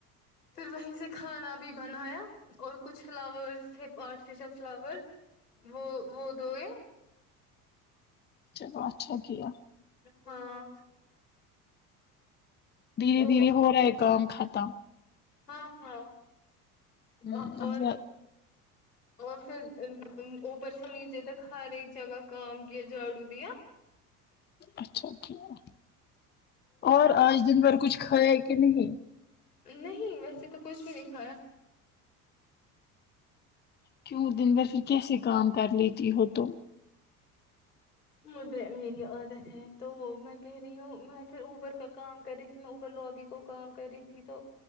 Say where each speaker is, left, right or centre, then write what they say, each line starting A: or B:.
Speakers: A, on the left (about 80°); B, on the left (about 20°).
A: پھر وہیں سے کھانا بھی بنایا اور کچھ فلاور تھے آرٹیفیشیل فلاور وہ وہ دو ہے
B: چلو اچھا کیا
A: ہاں
B: دھیرے
A: تو
B: دھیرے ہو رہا ہے کام ختم
A: ہاں ہاں
B: ہوں
A: ا اور
B: اب
A: اور پھر اوپر سے نیچے تک ہر ایک جگہ کام کیا جاڑو دیا
B: اچھا ٹھیک اور آج دن بھر کچھ کھایا ہے کہ نہیں
A: نہیں ویسے تو کچھ بھی نہیں کھایا
B: کیوں دن بھر پھر کیسے کام کر لیتی ہو تم
A: مجھے میری عادت ہے تو میں کہہ رہی ہوں میں پھر اوپر کا کام کری میں اوبر لوبی کو کام کر رہی تھی تو